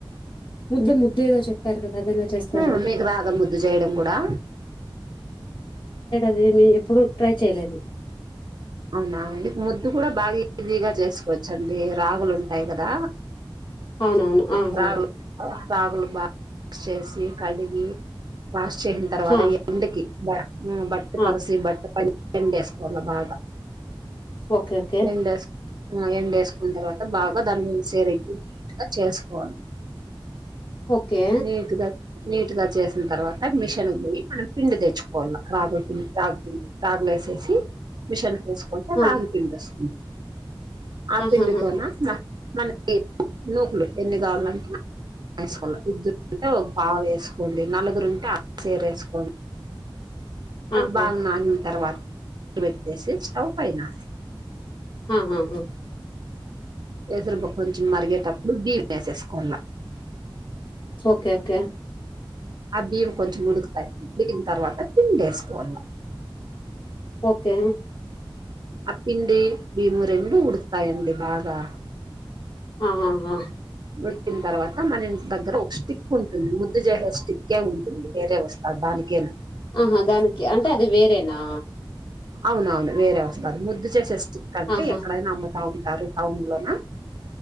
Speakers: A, on the left (about 55°); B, on the right (about 55°).
A: ముద్ద్ ముద్ద ఏదో చెప్పారు కదా అది ఎలా చేస్తారు
B: హ మీకు రాద ముద్దు జేయడం కూడా
A: అదె మీ ఎప్పుడు ట్రై చేయలే అది
B: అవునా ఇ ముద్దు కూడా బా ఈజీగా చేసుకోవచ్చు వచ్చండి రాగులు ఉంటాయి కదా
A: అవునవును ఆహా
B: రాగులు రాగులు బా చేసి కడిగి బ చేసిన తర్వాత
A: హా
B: ఎండకి బా బట్ట
A: హా
B: పరసీ బట్ట పైన ఎండేసుకోవాలా బాగా
A: ఓకే ఓకే
B: ఎండేసు ఎండేసుకున్న తర్వాత బాగా దాన్ని సరిగా చేసుకోవాలి
A: ఓకే
B: మీ నీట్ గా చేసిన తర్వాత మిషన్ పోయి మనం పిండి తెచ్చుకోవాల రాగుల పిండి రాగు పండి రాగులు వేసేసి మిషన్ వేసుకుంటే
A: ఆ
B: రాగి పిండి వస్తుంది ఆ
A: ఆహాహాహా
B: పిండితోనా మనకి నూకులు ఎన్ని కావలంటే వేసుకోవాలి ఇద్ద్దరుంటే ఒక పవ వేసుకోండి నలుగురు ఉంటే అ సీర వేసుకోండి అవి
A: ఆహా
B: బాగ నానినా తర్వాత బెట్టేసి స్టవు పైనా
A: ఆహా హా
B: కేసురుబ కొంచెం మరిగేటప్పుడు బియ్యం వేసుకోవాలా
A: ఓకే ఓకే
B: ఆ బియ్యం కొంచెం ఉడుకుతాయి ఊడికిన తర్వాత పిండి వేసుకోవాలి
A: కు
B: అప్పిండి భీము రెండు ఉడుకుతాయండి బాగా
A: ఆ ఆా ఆా
B: పెట్టిన తర్వాత మన ఇ దగ్గర ఒక స్టిక్ ఉంటుంది ముద్దు చేసే స్టిక్కే ఉంటుంది వేరే వస్తారు దానికేనా
A: ఆహా దానికి అంటే అది వేరేనా
B: అవునవును వేరే వస్తది ముద్ద చేసే స్టిక్ క్కంటే
A: ఆహా
B: ఎక్కడైనా అమ్ముతా ంటారు టౌన్ లోనా